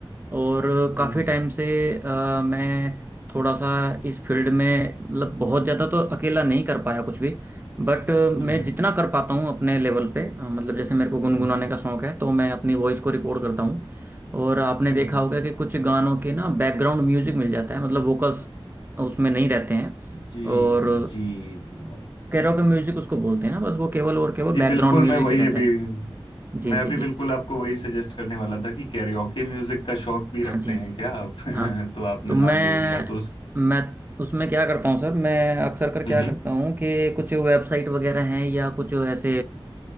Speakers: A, on the right; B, on the left.
A: और
B: हम्म
A: काफ़ी टाइम से अ, मैं थोड़ा सा इस फील्ड में मतलब बहुत ज़्यादा तो अकेला नहीं कर पाया कुछ भी बट
B: हम्म
A: मैं जितना कर पाता हूँ अपने लेवल पे अ, मतलब जैसे मेरे को गुनगुनाने
B: हम्म
A: का शौक है तो मैं अपनी वॉइस को रिकॉर्ड करता हूँ और आपने
B: हम्म,
A: देखा
B: हम्म।
A: होगा कि कुछ गानों के ना बैकग्राउंड म्यूजिक मिल जाता है मतलब वोकल्स उसमें नहीं रहते हैं
B: जी
A: और
B: जी जी
A: कैरोके म्यूजिक उसको बोलते हैं ना बस वो केवल और केवल
B: जी
A: बैकग्राउंड
B: बिल्कुल
A: म्यूजिक
B: मैं वही
A: ही रहता
B: अभी
A: है जी
B: मैं
A: जी
B: अभी
A: जी
B: बिल्कुल आपको वही सजेस्ट करने वाला था कि कैरियोके म्यूजिक का शौक भी रखते
A: हाँ जी हाँ
B: हैं
A: जी
B: क्या आप <laughs>
A: हाँ
B: तो आपने
A: तो
B: नाम
A: मैं
B: ले दिया तो उस-
A: मैं उसमें क्या करता हूँ सर मैं अक्सर कर क्या
B: हम्म हम्म,
A: करता हूँ कि कुछ वेबसाइट वगैरह हैं या कुछ ऐसे